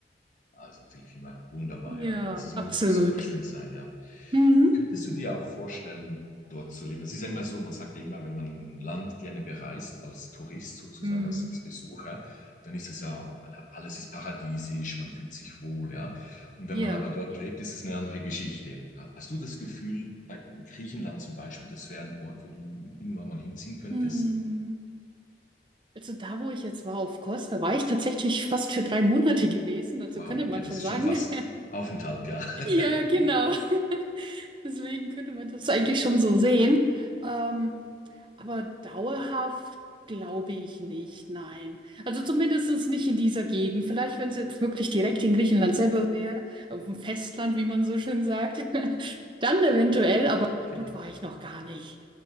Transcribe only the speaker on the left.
Ah, ist natürlich immer wunderbar,
ja. Also es
muss wirklich super schön sein, ja.
Könntest du dir auch vorstellen, dort zu leben? Es ist ja immer so, man sagt ja immer, wenn man ein Land gerne bereist, als Tourist sozusagen,
als, als Besucher, dann ist das ja, alle- alles ist paradiesisch, man fühlt sich wohl, ja. Und wenn
man aber dort lebt, ist es eine andere Geschichte. Hast du das Gefühl, bei in Griechenland zum Beispiel, das wäre ein Ort, wo du irgendwann mal hinziehen könntest?
Wow,
okay,
das
ist
schon fast
Aufenthalt, ja. <laughs>
Genau,
genau,